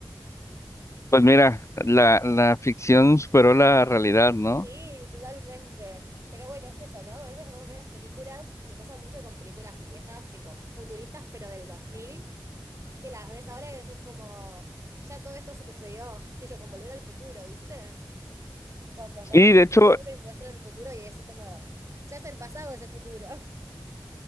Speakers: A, on the left; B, on the right.
A: pues mira, la, la ficción superó la realidad, ¿no?
B: Sí, totalmente. Pero bueno, es eso, ¿no? A veces vos ves las películas, me pasa mucho con películas viejas, tipo futuristas, pero del 2000 que las ves ahora y decís como, ya todo esto sucedió, que yo con Volver al Futuro, ¿viste? Cuando están
A: Y
B: en el
A: de
B: futuro
A: hecho,
B: y muestran el futuro y es como, ya es el pasado ese futuro. <laughs>